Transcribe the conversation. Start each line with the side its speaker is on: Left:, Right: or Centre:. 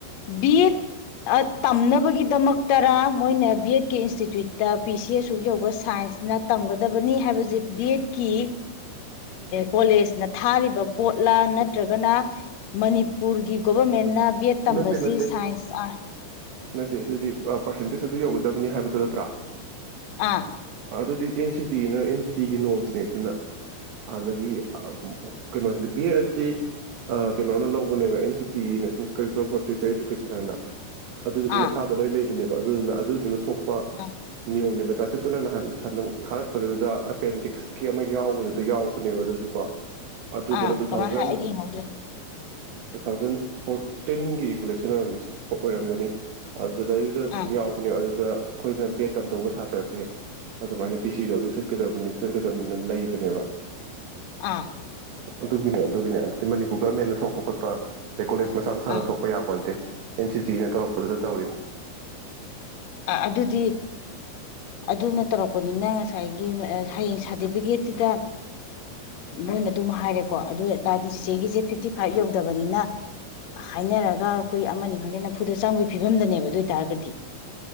Left: ꯕꯤꯑꯦꯗ ꯇꯝꯅꯕꯒꯤꯗꯃꯛꯇꯔꯥ ꯃꯣꯏꯅ ꯕꯦꯠꯀꯤ ꯏꯟꯁꯇꯤꯇ꯭ꯌꯨꯠꯇ ꯄꯤ ꯁꯤ ꯑꯁꯨꯛ ꯌꯧꯕ ꯁꯥꯏꯟꯁꯅ ꯇꯝꯒꯗꯕꯅꯤ ꯍꯥꯏꯕ ꯍꯨꯖꯤꯛ ꯕꯤ ꯑꯦꯠꯀꯤ ꯀꯣꯂꯦꯖꯅ ꯊꯥꯔꯤꯕ ꯄꯣꯠꯂꯥ ꯅꯠꯇ꯭ꯔꯒꯅ ꯃꯅꯤꯄꯨꯔꯒꯤ ꯒꯣꯕꯔꯃꯦꯟꯅ ꯕꯦꯠ ꯇꯝꯕꯁꯤ
Right: ꯅꯠꯇꯦ ꯅꯠꯇꯦ
Left: ꯁꯥꯏꯟꯁ ꯑꯥꯔ
Right: ꯅꯠꯇꯦ ꯑꯗꯨꯗꯤ ꯄꯥꯔꯁꯦꯟꯇꯦꯖ ꯑꯗꯨ ꯌꯧꯒꯗꯕꯅꯤ ꯍꯥꯏꯕꯗꯨ ꯅꯠꯇ꯭ꯔꯥ
Left: ꯑꯥ
Right: ꯑꯗꯨꯗꯤ ꯑꯦꯟ ꯁꯤ ꯇꯤꯅ ꯑꯦꯟ ꯁꯤ ꯇꯤꯒꯤ ꯅꯣꯝꯁꯅꯦ ꯑꯗꯨꯅ ꯑꯗꯒꯤ ꯑꯥꯥ ꯀꯩꯅꯣꯁꯤꯗꯤ ꯕꯦꯠ ꯑꯁꯤꯗꯤ ꯀꯩꯅꯣꯅ ꯂꯧꯕꯅꯦꯕ N C T national curriculum for teacher ꯏꯗꯨꯀꯦꯁꯟꯅ ꯑꯗꯨꯗꯨꯒꯤ
Left: ꯑꯥ
Right: ꯃꯈꯥꯗ ꯂꯣꯏ ꯂꯩ ꯅꯦꯕ ꯑꯗꯨꯗꯨꯅ ꯑꯗꯨꯗꯨꯅ ꯊꯣꯛ ꯄ
Left: ꯑꯥ
Right: ꯅꯤꯌꯣꯝꯅꯦꯕ ꯆꯆꯥ ꯆꯠꯇꯨꯅ ꯅꯍꯥꯟ ꯊꯥꯔꯛꯄꯗꯨꯗꯨꯗ ꯑꯦꯄꯦꯟꯗꯤꯛꯁꯀꯤ ꯑꯃ ꯌꯥꯎꯕꯗꯨꯗ ꯌꯥꯎꯕꯅꯦꯕ ꯑꯗꯨꯁꯨ ꯀꯣ ꯑꯗꯨꯗꯨꯅ
Left: ꯑꯥ
Right: ꯇꯨ
Left: ꯀꯃ
Right: ꯊꯥꯎꯖꯟ
Left: ꯍꯥꯏ ꯑꯩꯗꯤ ꯌꯦꯡꯍꯧꯗ꯭ꯔꯦ
Right: ꯇꯨ ꯊꯥꯎꯖꯟ ꯐꯣꯔꯇꯤꯟꯒꯤ ꯔꯤꯒꯨꯂꯦꯁꯟ ꯑꯣꯏꯔꯝꯒꯅꯤ ꯑ ꯑꯗꯨꯗꯩꯗꯨꯗ
Left: ꯑꯥ
Right: ꯌꯥꯎꯕꯅꯦ ꯑꯗꯨ ꯑꯗꯨꯗ ꯑꯩꯈꯣꯏꯅ ꯕꯦꯠ ꯇꯝ ꯗꯧꯕ ꯁꯥꯇ꯭ꯔꯁꯦ ꯑꯗꯨꯃꯥꯏꯅ ꯄꯤꯁꯤꯗꯣ ꯑꯗꯨ ꯆꯠꯀꯗꯕꯅꯤ ꯆꯠꯀꯗꯕꯅꯤꯅ ꯂꯩꯕꯅꯦꯕ
Left: ꯑꯥ
Right: ꯑꯗꯨꯒꯤꯅꯦ ꯑꯗꯨꯒꯤꯅꯦ ꯑꯗꯨꯗꯤ ꯃꯅꯤꯄꯨꯔ ꯒꯃꯦꯟꯅ ꯊꯣꯛꯄ ꯈꯣꯠꯄ ꯩ ꯀꯣꯂꯁ ꯃꯁꯥ ꯃꯁꯥꯅ
Left: ꯑꯥ
Right: ꯊꯣꯛꯄ ꯌꯥꯄꯣꯟꯇꯦ ꯑꯦꯟꯁꯤ ꯇꯤꯗ ꯇ ꯑꯗꯨꯗ ꯇꯧꯔꯤꯅꯤ
Left: ꯑ ꯑꯗꯨꯗꯤ ꯑꯗꯨꯅ ꯇꯧꯔꯛꯄꯅꯤꯅ ꯉꯁꯥꯏꯒꯤ ꯍꯌꯦꯡ ꯁꯥꯔꯇꯤꯐꯤꯀꯦꯠꯁꯤꯗ ꯃꯣꯏꯅ ꯑꯗꯨꯝ ꯍꯥꯏꯔꯦꯀꯣ ꯑꯗꯨ ꯑꯣꯏ ꯇꯔꯗꯤ ꯆꯤꯆꯦꯒꯤꯁꯦ ꯐꯤꯐꯇꯤ ꯐꯥꯏꯞ ꯌꯧꯗꯕꯅꯤꯅ ꯍꯥꯏꯅꯔꯒ ꯑꯩꯈꯣꯏ ꯑꯃꯅꯤ ꯈꯪꯗꯦ ꯅꯐꯨꯗ ꯆꯪꯕꯒꯤ ꯐꯤꯕꯝꯗꯅꯦꯕ ꯑꯗꯨ ꯑꯣꯏ ꯇꯔꯒꯗꯤ